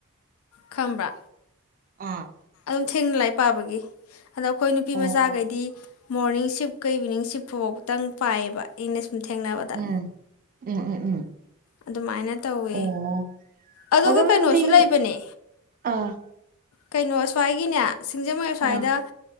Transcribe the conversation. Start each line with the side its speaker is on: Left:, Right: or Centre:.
Left: ꯈꯪꯕ꯭ꯔ
Right: ꯑ
Left: ꯑꯗꯨꯝ ꯊꯦꯡꯅ ꯂꯥꯏ ꯄꯥꯕꯒꯤ ꯑꯗꯣ ꯑꯩꯈꯣꯏ ꯅꯨꯄꯤ
Right: ꯑꯣ
Left: ꯃꯆꯥꯈꯩꯗꯤ ꯃꯣꯔꯅꯤꯡ ꯁꯤꯐꯀ ꯏꯚꯤꯅꯤꯡ ꯁꯤꯞꯀꯐꯧꯇꯪ ꯄꯥꯏꯑꯕ ꯑꯩꯅ ꯁꯨꯝ ꯊꯦꯡꯅꯕꯗ
Right: ꯎꯝ ꯎꯝ ꯎꯝ ꯎꯝ
Left: ꯑꯗꯨꯃꯥꯏꯅ ꯇꯧꯋꯦ
Right: ꯑꯣ
Left: ꯑꯗꯨꯒ
Right: ꯑꯗꯨꯝꯗꯤ
Left: ꯀꯩꯅꯣꯁꯨ ꯂꯩꯕꯅꯦ
Right: ꯑꯥ
Left: ꯀꯩꯅꯣ ꯁ꯭ꯋꯥꯏꯒꯤꯅꯦ ꯁꯤꯡꯖꯃꯩ ꯑꯥꯁ꯭ꯋꯥꯏꯗ
Right: ꯑꯥ